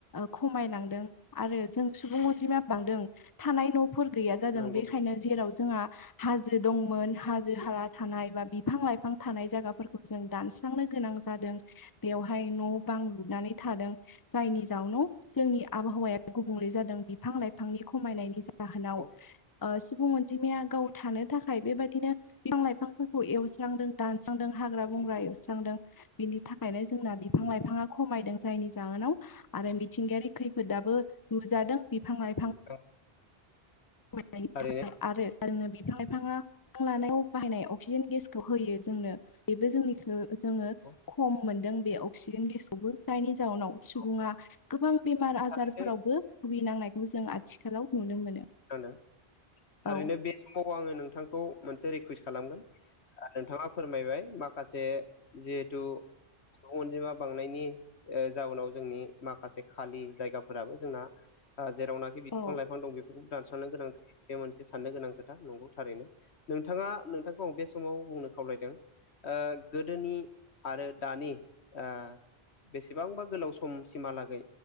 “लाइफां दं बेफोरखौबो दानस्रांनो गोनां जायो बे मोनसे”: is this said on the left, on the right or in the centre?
Left